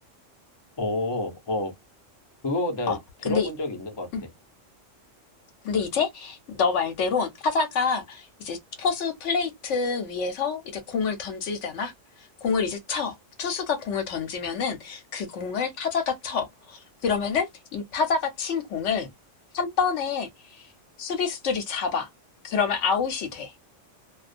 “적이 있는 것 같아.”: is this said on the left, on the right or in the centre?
Left